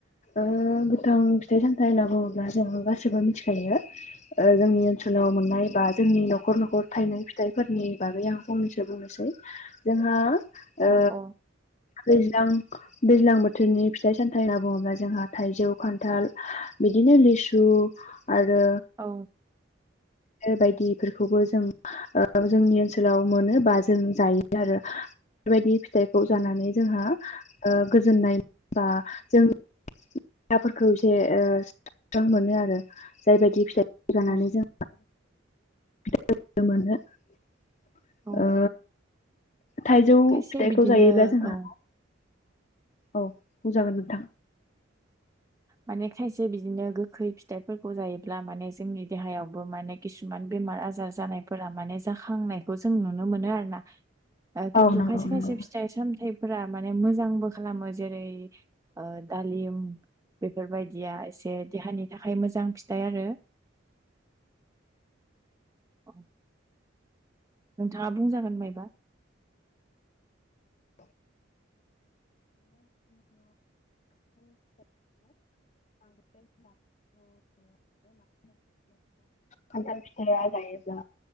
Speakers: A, on the left; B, on the right.
A: ओ गोथां फिथाइ सामथाइ होनोब्ला जों गासिबो मिथिखायो जोंनि ओनसोलाव आव मोननाय बा जोंनि न'खर न'खर थायनाय फिथाइफोरनि बागै आं फंनैसो बुंनोसै जोंहा ओ
B: अ औ
A: दैज्लां दैज्लां बोथोरनि फिथाइ सामथाइ होनना बुङोब्ला जोंहा थाइजौ खान्थाल बिदिनो लिसु सु आरो
B: औ
A: बायदि इफोरखौबो जों ओ जोंनि ओनसोलाव मोनो बा जों जायो आरो बेबायदि फिथाइखौ
B: औ
A: जानानै जोंहा ओ गोजोननाय बा जों <unintelligible> एसे स्रां मोनो आरो जायबायदि फिथाइखौ जानानै
B: औ
A: जों <unintelligible> मोनो ओ।
B: औ
A: थाइजौ
B: खायसे
A: फिथाइखौ
B: बिदिनो
A: जायोब्ला जोंहा
B: औ
A: औ बुंजागोन नों।
B: माने खायसे बिदिनो गोखै फिथाइफोरखौ जायोब्ला माने जोंनि देहायावबो माने खिसुमान बा बेमार आजार जानायफोरा माने जाखांनायखौ जों नुनो मोनो आरोना। ओ खिन्थु
A: औ नंगौ
B: खायसे खायसे
A: नंगौ
B: फिथाइ सामथाइफोरा माने मोजांबो खालामो जेरै ओ दालिम बेफोरबायदिया एसे देहानि थाखाय मोजां फिथाइ आरो। औ। नोंथाङा बुंजागोन मायबा
A: <unintelligible> <unintelligible> <unintelligible> खान्थाल फिथाइया जायोब्ला